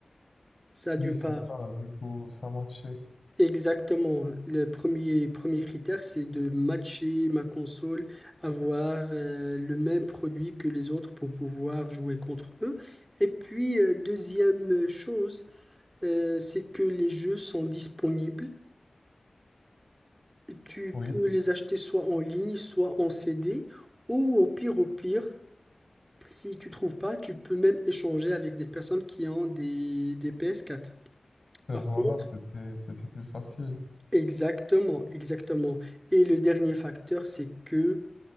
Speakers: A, on the right (about 20°); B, on the left (about 50°).
A: Ça
B: oui,
A: d'une
B: c'est
A: part.
B: ça. Du coup, ça matchait.
A: Exactement. Le premier, premier critère, c'est de matcher ma console, avoir euh, le même produit que les autres pour pouvoir jouer contre eux. Et puis, euh, deuxième chose, euh, c'est que les jeux sont disponibles. Tu
B: Oui,
A: peux les acheter soit en ligne, soit en C D ou au pire, au pire, si tu trouves pas, tu peux même échanger avec des personnes qui ont des, des PS4.
B: Euh,
A: Par
B: voilà,
A: contre,
B: c'était, c'était plus facile.
A: exactement, exactement. Et le dernier facteur, c'est que